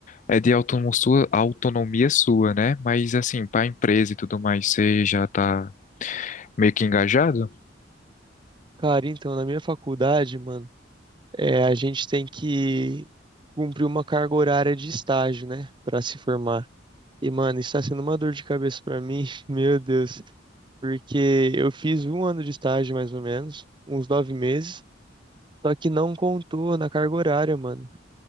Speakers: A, on the left; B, on the right.
A: É de autonomia sua, autonomia sua, né? Mas assim, para a empresa e tudo mais, você já tá meio que engajado?
B: Cara, então, na minha faculdade, mano, é, a gente tem que cumprir uma carga horária de estágio, né? Pra se formar. E, mano, isso tá sendo uma dor de cabeça pra mim, <laughs> meu Deus. Porque eu fiz um ano de estágio, mais ou menos, uns nove meses. Só que não contou na carga horária, mano.